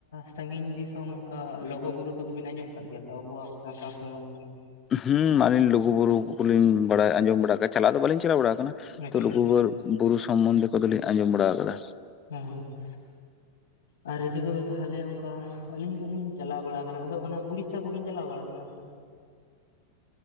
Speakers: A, on the left (about 65°); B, on the left (about 25°).
A: ᱥᱟᱺᱜᱤᱧ ᱫᱤᱥᱚᱢ ᱚᱱᱠᱟ ᱞᱚᱜᱚ ᱵᱩᱨᱩ ᱠᱚᱫᱚ ᱵᱤᱱ ᱟᱸᱡᱚᱢ ᱠᱟᱫ ᱜᱮᱭᱟ ᱛᱚ ᱟᱵᱚᱣᱟᱜ ᱥᱟᱱᱛᱟᱲ ᱥᱚᱢᱟᱡᱽ <unintelligible>
B: ᱦᱩᱸ ᱟᱹᱞᱤᱧ ᱞᱩᱜᱩ ᱵᱩᱨᱩ ᱠᱚᱞᱤᱧ ᱵᱟᱲᱟᱭ, ᱟᱸᱡᱚᱢ ᱵᱟᱲᱟ ᱠᱟᱜ ᱪᱟᱞᱟᱜ ᱫᱚ ᱵᱟᱹᱞᱤᱧ ᱪᱟᱞᱟᱣ ᱵᱟᱲᱟ ᱠᱟᱱᱟ
A: ᱨᱮ ᱟᱪᱪᱷᱟ
B: ᱛᱚ ᱞᱩᱜᱩ
A: ᱟᱪᱪᱷᱟ
B: ᱵᱩ ᱵᱩᱨᱩ ᱥᱚᱢᱵᱚᱱᱫᱷᱮ ᱠᱚᱫᱚᱞᱤᱧ ᱟᱸᱡᱚᱢ ᱵᱟᱲᱟ ᱠᱟᱫᱟ
A: <unintelligible> ᱟᱨ ᱨᱤᱡᱮ ᱠᱚᱫᱚ ᱛᱟᱦᱚᱞᱮ ᱚᱱᱠᱟ ᱟᱹᱞᱤᱧ ᱫᱚᱞᱤᱧ ᱪᱟᱞᱟᱣ ᱵᱟᱲᱟ ᱠᱟᱱᱟ ᱟᱫᱚ ᱚᱱᱟ ᱩᱲᱤᱥᱥᱟ ᱠᱚᱵᱤᱱ ᱪᱟᱞᱟᱣ ᱵᱟᱲᱟ ᱠᱟᱱᱟ?